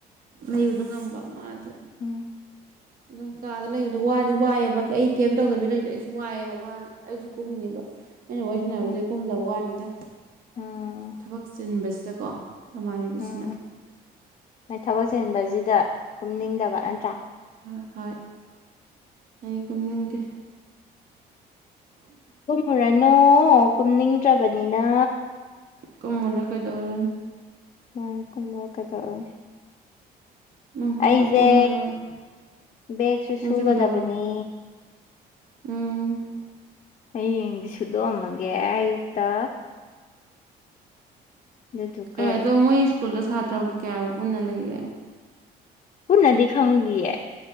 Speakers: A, on the right (about 55°); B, on the left (about 40°).
A: ꯂꯩꯕꯗꯣ ꯉꯝꯕ ꯃꯥꯗ
B: ꯎꯝ
A: ꯑꯗꯨꯝ ꯀꯥꯗ ꯂꯩꯕꯗꯣ ꯋꯥꯗꯤ ꯋꯥꯏꯌꯦꯕ ꯑꯩ ꯀꯦꯝ ꯇꯧꯗꯕꯤ ꯂꯩꯕꯖꯦ ꯑꯩꯖꯨ ꯋꯥꯏꯌꯦꯕ ꯃꯥ ꯑꯩꯖꯨ ꯀꯨꯝꯅꯤꯕ ꯑꯩꯅ ꯋꯥꯔꯤ ꯁꯥꯟꯅꯕꯁꯤꯗ
B: ꯎꯝ
A: ꯀꯨꯝꯗꯕ ꯋꯥꯅꯤꯗ
B: ꯎꯝ
A: ꯊꯕꯛ ꯆꯤꯟꯕꯁꯤꯗꯀꯣ ꯅꯃꯥꯟꯅꯕꯤꯁꯤꯅ
B: ꯎꯝ ꯅꯣꯏ ꯊꯕꯛ ꯆꯤꯟꯕꯖꯤꯗ ꯀꯨꯝꯅꯤꯡꯗꯕ ꯅꯠꯇ꯭ꯔꯥ
A: ꯍꯣ ꯍꯣꯏ ꯑꯩ ꯀꯨꯝꯅꯤꯡꯗꯦ
B: ꯀꯨꯝꯃꯨꯔꯅꯣ ꯀꯨꯝꯅꯤꯡꯗ꯭ꯔꯕꯅꯤꯅ
A: ꯀꯨꯝꯃꯨꯔ ꯀꯩꯗꯧꯔꯨꯅꯤ
B: ꯃꯥꯅꯤ ꯀꯨꯝꯃꯨꯔ ꯀꯩꯗꯧꯔꯨꯅꯤ
A: ꯅꯣꯡ ꯐꯥꯗꯣꯛ
B: ꯑꯩꯖꯦ
A: ꯀꯨꯝꯃ ꯂꯣꯏꯔꯦ
B: ꯕꯦꯛꯁꯨ
A: ꯅꯪꯁꯦ
B: ꯁꯨꯒꯗꯕꯅꯤ
A: ꯀꯩꯗꯧꯕ ꯎꯝ
B: ꯍꯌꯦꯡꯗꯤ ꯁꯨꯗꯣꯛꯑꯝꯃꯒꯦ ꯑꯌꯨꯛꯇ ꯑꯗꯨꯗꯨꯒ
A: ꯑꯦ ꯑꯗꯣ ꯃꯣꯏ ꯁ꯭ꯀꯨꯜꯗ ꯁꯥꯇ꯭ꯔ ꯀꯌꯥꯕꯨ ꯄꯨꯟꯅ ꯂꯩꯒꯦ
B: ꯄꯨꯟꯅꯗꯤ ꯈꯪꯗꯤꯌꯦ